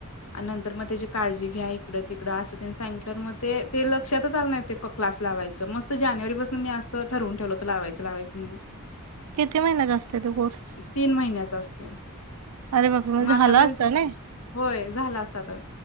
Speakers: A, on the left; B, on the right.
A: आणि नंतर मग त्याची काळजी घ्या इकडं तिकडं असं तेन सांगितल्यावर मग ते लक्षातच आलं नाही ते क्लास लावायचं मस्त जानेवारीपासून मी असं ठरवून ठेवलं हुतं लावायचं लावायचं म्हणून <inaudible>
B: किती महिन्याचं असतय ते कोर्स?
A: तीन महिन्याचा असतोय
B: अरे बापरे
A: मग आतापर्यंत
B: झाला असता ना
A: होय झाला असता तर